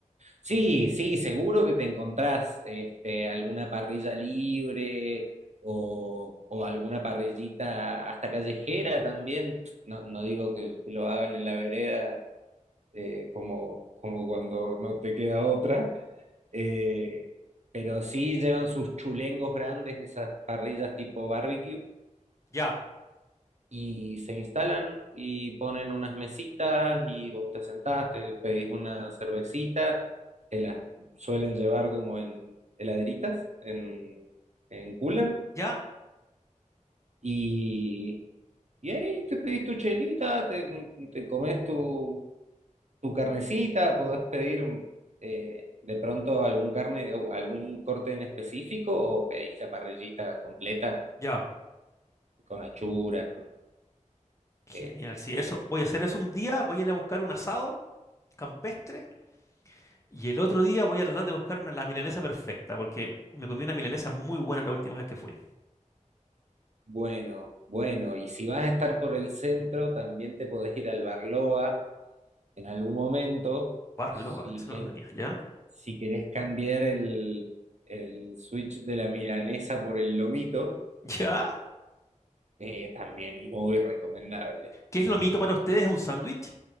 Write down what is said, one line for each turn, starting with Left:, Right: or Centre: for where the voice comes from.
Right: Sí, sí, seguro que te encontrás este, alguna parrilla libre o, o alguna parrillita hasta callejera también. No, no digo que, que lo hagan en la vereda eh, como, como cuando no te queda otra, eh, pero sí llevan sus chulengos grandes, esas parrillas tipo barbecue,
Left: Ya,
Right: y se instalan y ponen unas mesitas y vos te sentás, te pedís una cervecita, que las suelen llevar como en heladeritas, en, en cooler,
Left: ya,
Right: y, y ahí te pedís tu chelita, te, te comes tu, tu carnecita, podés pedir eh, de pronto algún carne o algún corte en específico o pedís la parrillita completa
Left: ya.
Right: con achuras, con,
Left: Genial,
Right: este,
Left: sí,
Right: no
Left: eso.
Right: sé
Left: Voy a hacer eso un día, voy a ir a buscar un asado campestre y el otro día voy a tratar de buscar una, la milanesa perfecta, porque me comí una milanesa muy buena la última vez que fui.
Right: Bueno, bueno, y si vas a estar por el centro, también te podés ir al Barloa en algún momento,
Left: Barloba,
Right: si,
Left: eso
Right: que,
Left: no lo tenía, ¿ya?
Right: si querés cambiar el, el switch de la milanesa por el lomito,
Left: <laughs> ¿Ya?
Right: eh, también muy recomendable.
Left: ¿Qué es lo mito para ustedes? ¿Un sándwich?